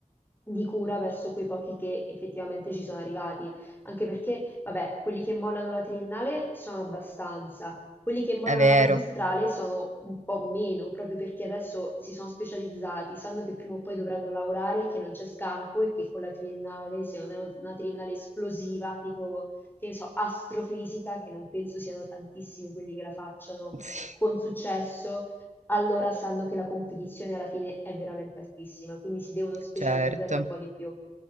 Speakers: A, on the left (about 15°); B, on the right (about 65°).
A: di cura verso quei pochi che effettivamente ci sono arrivati anche perché, vabbè, quelli che mollano la triennale sono abbastanza, quelli che mollano
B: È vero,
A: la magistrale sono un po' meno, proprio perché adesso si sono specializzati, sanno che prima o poi dovranno lavorare, che non c'è scampo e che con la triennale, se non è una triennale esplosiva, tipo, che ne so, astrofisica, che non penso siano tantissimi quelli che la facciano
B: <laughs> sì,
A: con successo, allora sanno che la competizione alla fine è veramente altissima, quindi si devono specializzare
B: certo.
A: un po' di più.